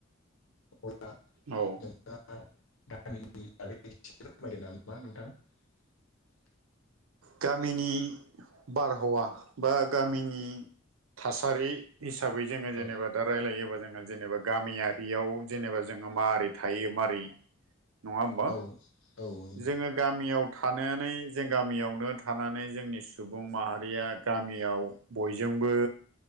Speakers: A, on the left (about 75°); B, on the right (about 85°).
A: औ <unintelligible>
B: औ
A: <inaudible>
B: गामिनि बारहावा बा गामिनि थासारि हिसाबै जोङो जेनेबा
A: औ
B: दा रायलायोबा जोङो जेनेबा गामियारियाव जेनेबा जोङो मारै थायो मारै नङा होमबा
A: औ औ नोंथां
B: जोङो गामियाव थान थानानै जों गामियावनो थानानै जोंनि सुबुं माहारिया गामियाव बयजोंबो